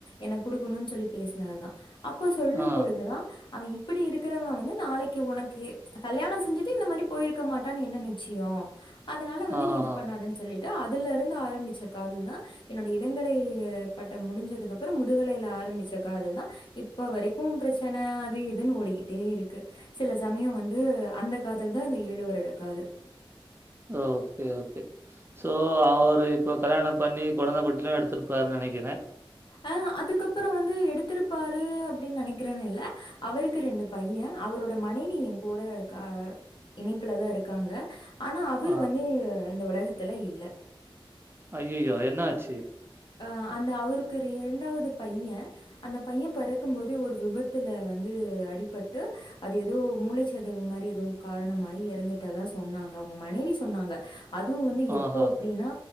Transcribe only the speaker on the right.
ஆ,
ஆஹஹ.
ஓகே ஓகே சோ அவரு இப்ப கல்யாணம் பண்ணி குழந்தை குட்டி எல்லாம் எடுத்துருப்பாருனு நினைக்கிறேன்
ஆ.
அய்யயோ என்னாச்சு
ஆஹா.